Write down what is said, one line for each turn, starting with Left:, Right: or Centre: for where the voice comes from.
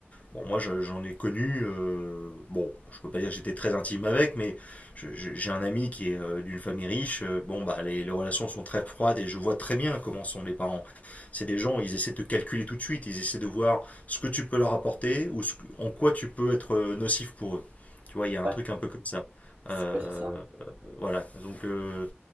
Left: Bon, moi, j'en ai connu. euh, bon, je peux pas dire que j'étais très intime avec, mais je- je- j'ai un ami qui est euh, d'une famille riche. euh, bon, bah, les, les relations sont très froides et je vois très bien comment sont les parents. C'est des gens, ils essaient de te calculer tout de suite. Ils essaient de voir ce que tu peux leur apporter ou ce que- en quoi tu peux être euh, nocif pour eux. Tu vois, il y a
Right: ouais,
Left: un truc un peu comme ça.
Right: c'est
Left: Euh,
Right: ouais, c'est ça.
Left: euh, voilà. Donc, euh,